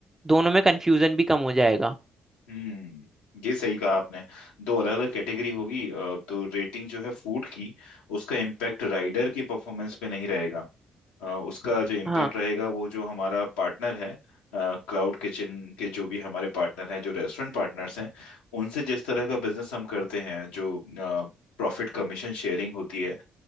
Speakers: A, on the right (about 15°); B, on the left (about 80°).
A: दोनों में कंफ्यूजन भी कम हो जाएगा
B: हम्म ये सही कहा आपने दो अलग अलग कैटेगरी होगी अ, तो रेटिंग जो है फूड की उसका इम्पैक्ट राइडर की परफॉर्मेंस पे नहीं रहेगा अ, उसका जो इम्पैक्ट
A: हाँ
B: रहेगा वो जो हमारा पार्टनर है क्लाउड किचन के जो भी हमारे पार्टनर हैं जो रेस्टोरेंट पार्टनर्स हैं उनसे जिस तरह का बिजनेस हम करते हैं जो प्रॉफिट कमीशन शेयरिंग होती है